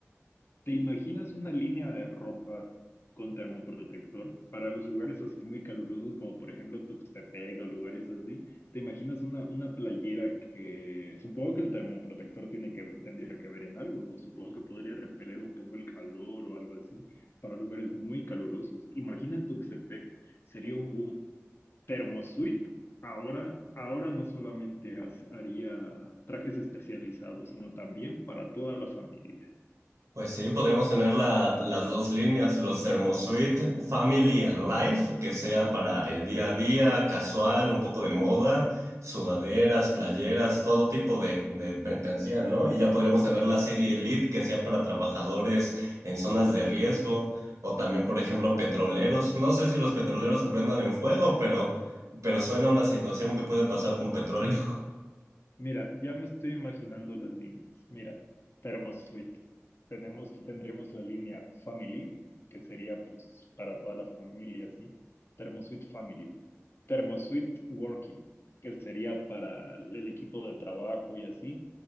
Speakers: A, on the left (about 50°); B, on the right (about 90°).
A: ¿Te imaginas una línea de ropa con termoprotector para los lugares así muy calurosos, como por ejemplo Tuxtepec o lugares así? ¿Te imaginas una, una playera que supongo que el termoprotector tiene que, tendría que ver en algo, ¿no? Supongo que podría repeler un poco el calor o algo así para lugares muy calurosos. Imagina en Tuxtepec, sería un boom. Termosuite ahora, ahora no solamente hace- haría trajes especializados, sino también para toda la familia.
B: Pues sí, podremos tener la- las dos líneas, los ThermoSuite Family and Life, que sea para el día a día, casual, un poco de moda, sudaderas, playeras, todo tipo de, de mercancía, ¿no? Y ya podríamos tener la serie Elite, que sea para trabajadores en zonas de riesgo, o también, por ejemplo, petroleros. No sé si los petroleros se prendan en fuego, pero, pero suena una situación que puede pasar con petróleo.
A: Mira, ya me estoy imaginando las líneas. Mira, Thermosuite. Tenemos, tendríamos la línea Family, que sería pues para toda la familia, ¿sí? Thermosuite Family. Thermosuite Working, que sería para el equipo de trabajo y así.